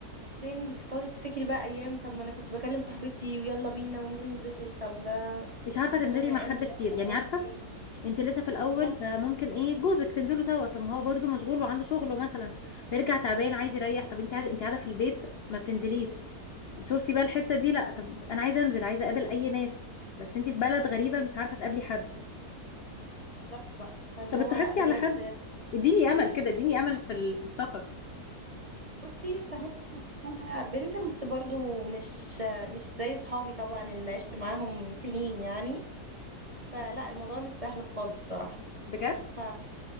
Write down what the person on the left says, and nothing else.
مش عارفه تنزلي
مع حد
كتير
يعني عارفه
انت لسه في الاول
فممكن ايه جوزك تنزلوا سوا طب ما هو برضه مشغول وعنده شغله مثلا فيرجع تعبان عايز يريح طب انت عايزه انت قاعده في البيت ما بتنزليش شفتي بقى الحته دي لا طب انا عايزه انزل عايزه اقابل اي ناس بس انت في بلد غريبه مش عارفه تقابلي حد
طب
اتصاحبتي
على حد اديني امل كده اديني امل في ال- في السفر
بجد